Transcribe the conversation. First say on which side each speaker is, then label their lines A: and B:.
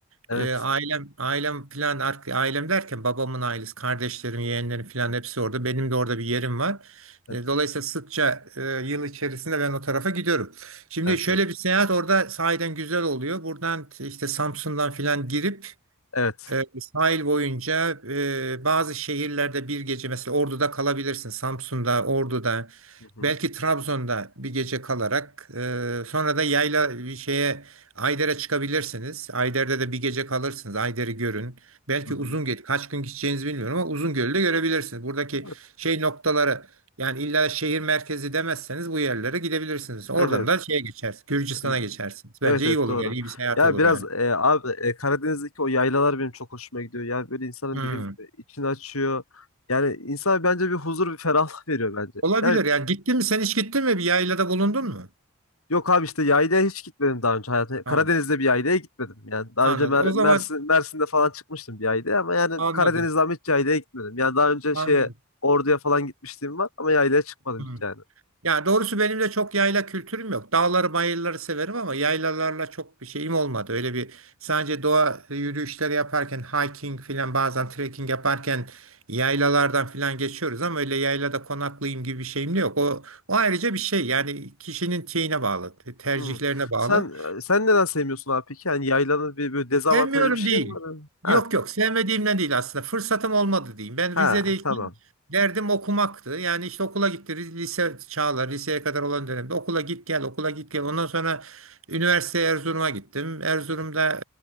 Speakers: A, on the left; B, on the right.
A: Evet.
B: E, ailem ailem falan ar- ailem derken babamın ailesi, kardeşlerim, yeğenlerim falan hepsi orada. Benim de orada bir yerim var.
A: Evet.
B: E, dolayısıyla sıkça e, yıl içerisinde ben o tarafa gidiyorum. Şimdi
A: Evet.
B: şöyle
A: Evet.
B: bir seyahat orada sahiden güzel oluyor. Buradan t- işte Samsun'dan falan girip
A: Evet.
B: e, sahil boyunca e, bazı şehirlerde bir gece mesela Ordu'da kalabilirsin. Samsun'da, Ordu'da,
A: Hı hı.
B: belki Trabzon'da bir gece kalarak e, sonra da yayla bir şeye Ayder'e çıkabilirsiniz. Ayder'de de bir gece kalırsınız. Ayder'i görün. Belki
A: Hı hı.
B: Uzungöl kaç gün gideceğinizi bilmiyorum ama Uzungöl'ü de görebilirsiniz. Buradaki
A: Evet.
B: şey noktaları yani illa şehir merkezi demezseniz bu yerlere gidebilirsiniz. Oradan
A: Evet. Evet.
B: da şeye geçersiniz. Gürcistan'a
A: E,
B: geçersiniz.
A: Evet
B: Bence
A: evet
B: iyi olur
A: doğru.
B: yani iyi bir seyahat
A: Ya
B: olur
A: biraz
B: yani.
A: e, abi e, Karadeniz'deki o yaylalar benim çok hoşuma gidiyor. Yani böyle insanın
B: Hmm.
A: dediğim gibi içini açıyor. Yani insana bence bir huzur, bir ferahlık veriyor bence.
B: Olabilir
A: Yani
B: yani gittin mi sen hiç gittin mi bir yaylada bulundun mu?
A: Yok abi işte yaylaya hiç gitmedim daha önce hayatımda.
B: Tamam
A: Karadeniz'de bir yaylaya gitmedim. Yani daha
B: anladım.
A: önce Mer-
B: O zaman
A: Mersin, Mersin'de falan çıkmıştım bir yaylaya ama yani
B: anladın.
A: Karadeniz'de ama hiç yaylaya gitmedim. Yani daha önce
B: Anladım.
A: şeye Ordu'ya falan gitmişliğim var ama yaylaya çıkmadım
B: Hı.
A: hiç yani.
B: Yani doğrusu benim de çok yayla kültürüm yok. Dağları bayırları severim ama yaylalarla çok bir şeyim olmadı. Öyle bir sadece doğa yürüyüşleri yaparken hiking filan bazen trekking yaparken yaylalardan filan geçiyoruz ama öyle yaylada konaklayayım gibi bir şeyim de yok. O, o ayrıca bir şey yani kişinin şeyine bağlı tercihlerine
A: Hmm.
B: bağlı.
A: Sen e, sen neden sevmiyorsun abi peki? Yani yaylanın bir böyle dezavantajı
B: Sevmiyorum
A: bir şey
B: değil.
A: mi var? Ha,
B: Yok yok sevmediğimden değil aslında. Fırsatım olmadı diyeyim. Ben
A: ha
B: Rize'deyken
A: tamam.
B: derdim okumaktı. Yani işte okula gitti. Ri- Lise çağlar, liseye kadar olan dönemde okula git gel, okula git gel. Ondan sonra üniversiteye Erzurum'a gittim. Erzurum'da